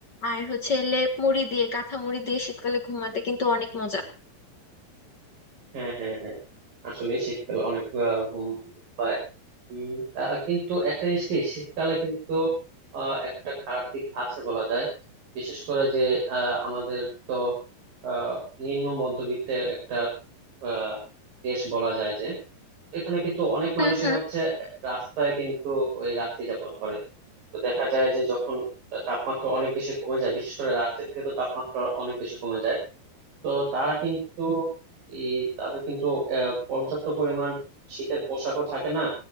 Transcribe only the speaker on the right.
হ্যাঁ হ্যাঁ হ্যাঁ আসলে শীতকালে অনেক আহ, ঘুম ঘুম পায় উম, আহ, কিন্তু একটা জিনিস কি শীতকালে কিন্তু আহ, একটা খারাপ দিক আছে বলা যায় বিশেষ করে যে আহ, আমাদের তো আহ, নিম্ন মধ্যবিত্তের একটা আহ, দেশ বলা যায় যে এখানে কিন্তু অনেক
মানুষই
হচ্ছে রাস্তায় কিন্তু ওই রাত্রি যাপন করে তো দেখা যায় যে যখন তাপমাত্রা অনেক বেশি কমে যায় বিশেষ করে রাতের দিকে তো তাপমাত্রা অনেক বেশি কমে যায় তো তারা কিন্তু এই তাদের কিন্তু আহ, পর্যাপ্ত পরিমাণ শীতের পোশাকও থাকে না